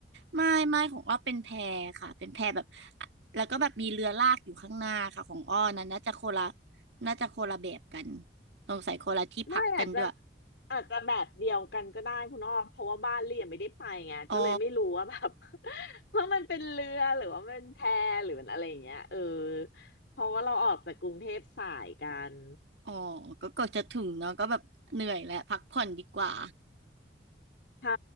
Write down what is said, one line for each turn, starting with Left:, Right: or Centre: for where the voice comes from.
Right: ไม่ไม่ของอ้อเป็นแพค่ะเป็นแพแบบแล้วก็แบบมีเรือลากอยู่ข้างหน้าค่ะของอ้อนะน่าจะคนละน่าจะคนละแบบกันสงสัยคนละที่พักกันด้วย
Left: ไม่อาจจะอาจจะแบบเดียวกันก็ได้คุณอ้อมเพราะว่าบ้านเรียนไม่ได้ไปไงก็เลยไม่รู้ว่าแบบ
Right: อ๋อ
Left: <laughs> ว่ามันเป็นเรือหรือว่ามันแพหรือมันอะไรอย่างเงี้ยเออเพราะว่าเราออกจากกรุงเทพสายกัน
Right: อ๋อก็ก็จะถึงเนาะก็แบบเหนื่อยแล้วพักผ่อนดีกว่า
Left: ใช่